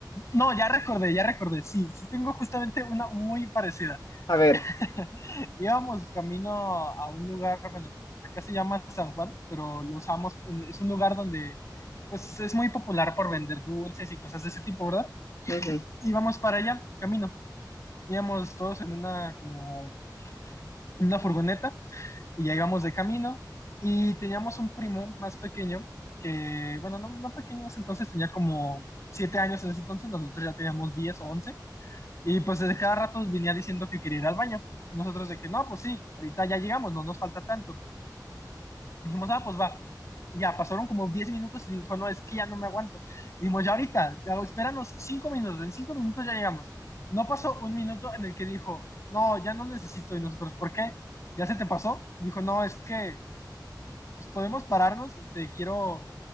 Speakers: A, on the left (about 40°); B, on the left (about 70°).
A: No, ya recordé, ya recordé, sí, sí tengo justamente una muy parecida. <laughs>
B: A ver.
A: Íbamos camino a un lugar, bueno, acá se llama San Juan, pero lo usamos, es un lugar donde pues es muy popular por vender dulces y cosas de ese tipo, ¿verdad?
B: Ujú.
A: Íbamos para allá, camino. Íbamos todos en una como una furgoneta y ya íbamos de camino y teníamos un primo más pequeño que, bueno, no, no pequeño en ese entonces, tenía como siete años en ese entonces, nosotros ya teníamos diez o once y pues de cada rato venía diciendo que quería ir al baño. Nosotros de que no, pues sí, ahorita ya llegamos, no nos falta tanto. Dijimos, ah, pues va. Y ya pasaron como 10 minutos y dijo, no, es que ya no me aguanto. Dijimos, ya ahorita, espéranos 5 minutos, en 5 minutos ya llegamos. No pasó un minuto en el que dijo, no, ya no necesito. Y nosotros, ¿por qué? ¿Ya se te pasó? Dijo, no, es que pues podemos pararnos, este, quiero